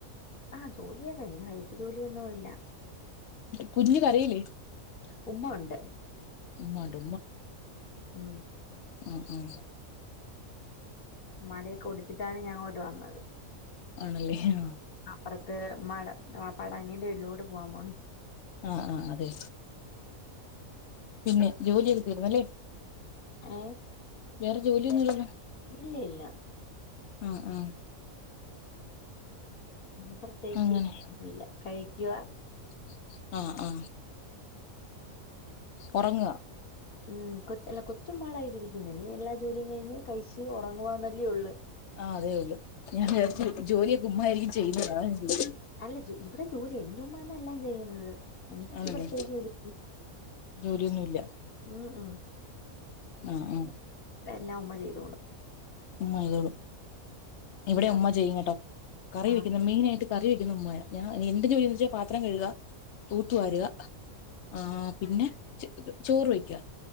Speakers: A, on the left; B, on the left.
A: ആ, ജോലിയക്കെ കഴിഞ്ഞ്, ഇനി വൈകിട്ട് ജോലിയൊന്നും ഇല്ല.
B: കുഞ്ഞ് കരയില്ലേ?
A: <unintelligible> ഉമ്മ ഒണ്ട്
B: ഉമ്മ ഉണ്ട്
A: <unintelligible>
B: ഉം, ഉം
A: ഉമ്മാടെ കൊടുത്തിട്ടാണ് ഞാൻ അങ്ങോട്ട് വന്നത്.
B: ആണല്ലേ, ആ
A: അപ്പറത്ത് ഉമ്മാടെ, വാപ്പാടെ അനിയന്റെ വീട്ടിലോട്ട് പോവാാൻ പോണ്
B: ആഹ് ആഹ് അതെ പിന്നെ ജോലിയൊക്കെ തീർന്ന് അല്ലേ
A: ആ
B: വേറെ ജോലിയൊന്നു ഇല്ലല്ലോ?
A: ഇല്ലില്ല.
B: ആ, ആ
A: അങ്ങനെ പ്രത്യേകിച്ച്
B: അങ്ങനെ
A: ജോലി ഒന്നും ഇല്ല, കഴിക്കുവാ
B: <unintelligible> ആ ആ ഒറങ്ങുക.
A: ഉം, കൊച്ച് അല്ലാ കൊച്ച് ഉമ്മാടെ കയ്യിലിരിക്കുന്നേന് എല്ലാ ജോലീം കഴിഞ്ഞു കഴിച്ച് ഒ ഒറങ്ങുവാന്നല്ലീ ഒളള്
B: ആ അതേ ഒള്ളൂ. ഞാൻ വിചാരിച്ചു ജോലിയൊക്കെ ഉമ്മ ആയിരിക്കും ചെയ്യുന്നത്. അതാ ചോദിച്ചേ
A: അല്ല ജോ ഇവിടെ ജോലി എന്റുമ്മ തന്ന എല്ലാം ചെയ്യുന്നത്, എനിക്ക്
B: ആണല്ലേ
A: പ്രത്യേക ജോലി <unintelligible>
B: ജോലിയൊന്നുല്ല
A: ഉം ഉം
B: മ് മ്
A: എല്ലാം ഉമ്മ ചെയ്തോളും.
B: ഉമ്മ ചെയ്തോളും. ഇവിടെ
A: അത്
B: ഉമ്മ ചെയ്യും കേട്ടോ. കറി
A: ആഹ്
B: വെക്കുന്ന് മെയിനായിട്ട് കറി വെക്കു <unintelligible> ഉമ്മായാ ഞാ എൻ്റെ ജോലീന്ന് വെച്ചാ പാത് ത്രം കഴുകുക, തൂത്തുവാരുക ആ പിന്നെ ഇത് ചോറ് വയ്ക്കുക.